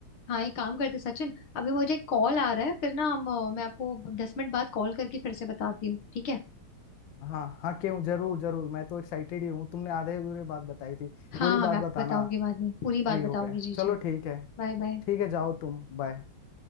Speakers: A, on the left; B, on the left.
A: हाँ एक काम करते हैं सचिन अभी मुझे कॉल आ रहा है फिर ना हम अ, मैं आपको दस मिनट बाद कॉल करके फिर से बताती हूँ ठीक है
B: हाँ हाँ क्यों जरूर जरूर मैं तो एक्साइटेड ही हूँ तुमने आधे अधूरे बात बताई थी
A: हाँ
B: पूरी
A: हाँ
B: बात
A: मैं आपको
B: बताना
A: बताऊंगी बाद में पूरी बात
B: फ्री
A: बताऊंगी
B: होके
A: जी जी
B: चलो ठीक है
A: Bye bye
B: ठीक है जाओ तुम बाय